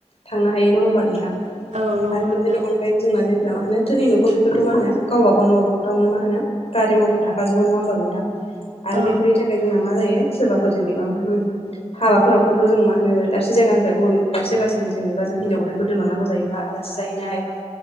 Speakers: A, on the left; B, on the right.
A: थांनो हायो नङा होमबा नोंथां
B: औ नंगौ
A: आरो
B: नोंथां
A: बेफोरनि अनगायैबो जोंना जायफोरा्रा मा होनो धोनि न'खौ बेखौथ' मा होनो गावबा गाव नखरावनो मा होनो गारि मथर थाखाजोबो नङा होमबा नोंथां आरो
B: औ
A: बेफोरनि थाखाय जोंना मा जायो सोरबाफोर जेनेबा मा होनो हाबाफोराव खौथ' जों मा होनो दाबसे जायगानिफ्राय गुबुनाबसे जायगसिम जेनेबा जों हिनजाव गोदानफोर दोनलनांगौ जायोबा आलासि जाहैनाय बा